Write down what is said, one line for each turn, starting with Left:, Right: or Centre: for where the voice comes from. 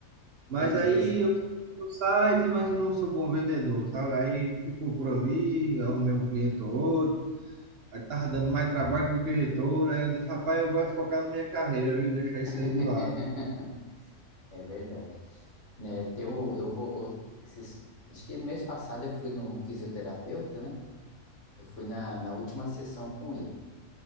Right: Mas
Left: Entendi
Right: aí
Left: esse.
Right: eu fui no site, mas eu não sou bom vendedor, sabe? Aí ficou por ali, arrumei um cliente ou outro, aí tava dando mais trabalho do que retorno, aí eu disse, rapaz, eu vou focar na minha carreira, viu? Deixar isso
Left: <laughs>
Right: aí de lado.
Left: É verdade. Né, tem o- eu vou, o- esses, acho que no mês passado eu fui no fisioterapeuta, né? Eu fui na, na última sessão com ele.